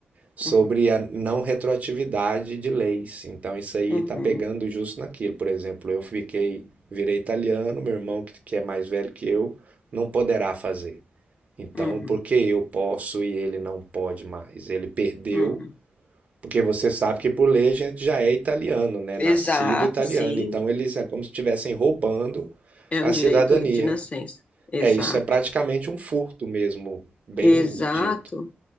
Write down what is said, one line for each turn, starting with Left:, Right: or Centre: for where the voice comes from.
Right: sobre
Left: uhum,
Right: a não retroatividade de leis. Então isso aí
Left: uhum,
Right: está pegando justo naquilo. Por exemplo, eu fiquei, virei italiano, meu irmão que, é mais velho que eu não poderá fazer. Então,
Left: uhum,
Right: por que eu posso e ele não pode mais? Ele perdeu,
Left: uhum.
Right: porque você sabe que por lei a gente já é italiano, né?
Left: Exato,
Right: Nascido italiano.
Left: sim.
Right: Então eles é como se estivessem roubando
Left: É
Right: a
Left: um direito
Right: cidadania.
Left: de nascença. Exato.
Right: É isso, é praticamente um furto mesmo, bem
Left: Exato.
Right: dito.